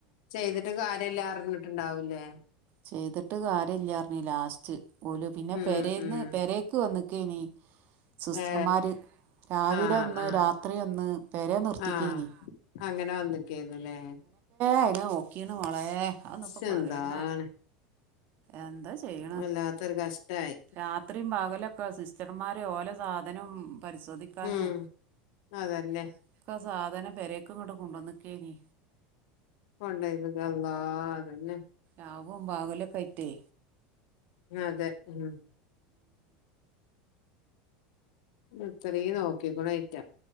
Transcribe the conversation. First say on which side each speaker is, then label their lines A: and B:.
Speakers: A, on the left (about 70°); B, on the right (about 55°).
A: ചെയ്തിട്ട് കാര്യല്ല. പറഞ്ഞിട്ടുണ്ടാവൂലേ
B: ചെയ്തിട്ട് കാര്യല്ലാർഞ് ലാസ്റ്റ് പോലും പിന്നെ
A: ഉം
B: പെരേല്
A: ഉം
B: പെരേക്ക് വന്നക്ക് ഇനി. സിസ്റ്റർമാര്
A: ഏ
B: രാവിലെ
A: ആഹ്
B: ഒന്ന്
A: ആഹ്
B: രാത്രി ഒന്ന് പേരെ നിർത്തിക്കനി.
A: ആഹ് അങ്ങനെ വന്ന് ക്കായിരുന്നല്ലേ..
B: അയിനെ നോക്കീണ് മോളെ അതൊന്നും ഇപ്പൊ
A: ചന്താണ്
B: പറയണ്ട എന്താ ചെയ്യണ്
A: വല്ലാത്തൊരു കഷ്ടായി.
B: രാത്രിയും പകലൊക്കെ സിസ്റ്റർമാര് ഓലെ സാധനം പരിശോധിക്കാനും
A: ഉം അതന്നെ
B: ഒക്കെ സാധനം പെരേക്കും ഇങ്ങോട്ട് കൊണ്ടുവന്നക്കേന
A: കൊള്ളത്ഗല്ലാ അതന്നെ
B: ലാപം ബാകലൊക്കെയിറ്റേ
A: ആ അതെ ഉം അത്രയും നോക്കിക്കുണയറ്റ